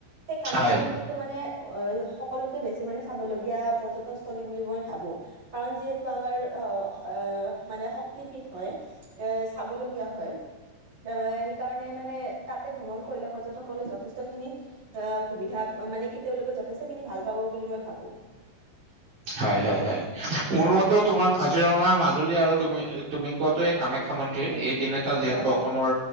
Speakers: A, on the right; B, on the right.
A: সেই কামাখ্যা
B: হয়
A: মন্দিৰটো মানে অ', সকলোতকৈ বেছি মানে চাবলগীয়া পৰ্যটনস্থলী বুলি মই ভাবো, কাৰণ যিহেতু আমাৰ অ, আহ মানে শক্তিপীঠ হয়। এ চাবলগীয়া হয়। <unintelligible> সেইকাৰণে মানে তাতে ভ্ৰমণ কৰিলে পৰ্যটকসকলে যথেষ্ট খিনি আ সুবিধা মানে কি তেওঁলোকে যথেষ্ট খিনি ভাল পাব বুলি মই ভাবো।
B: হয়, হয়, হয়, মোৰ মতে তোমাৰ কাজিৰঙা, মাজুলী আৰু তুমি-তুমি কোৱাতোয়ে কামাখ মন্দিৰ। এই তিনিটা যিহেতু
A: হয়
B: অসমৰ